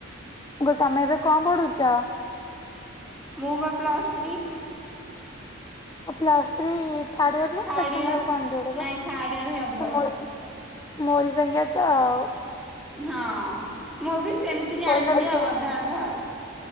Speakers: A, on the left; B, in the centre.
A: ମୁ କହୁଚି ତମେ ଏବେ କଣ ପଢୁଚ?
B: ମୁଁ ପା ପ୍ଲସ୍ ସ୍ତ୍ରୀ।
A: ଅ ପ୍ଲାସ୍ ଥ୍ରୀ ଥାର୍ଡ଼ ଇୟର୍ ନା
B: ଥାର୍ଡ
A: ସେକେଣ୍ଡ
B: ଇୟର
A: ଇୟର୍ କଣ ଏମିତି ଗୋଟେ
B: ନାଇଁ
A: ପା
B: ଥାର୍ଡ ଇୟର ହେବ।
A: ତୁମଡ଼ ମୋରି ସାଙ୍ଗିଆ ତ ଆଉ।
B: ହଁ ମୁଁ ବି ସେମିତି ଜାଣିଚି
A: ଫୋର୍ ସେମିଷ୍ଟାର
B: ଆଉ ଅଧା ଅଧା।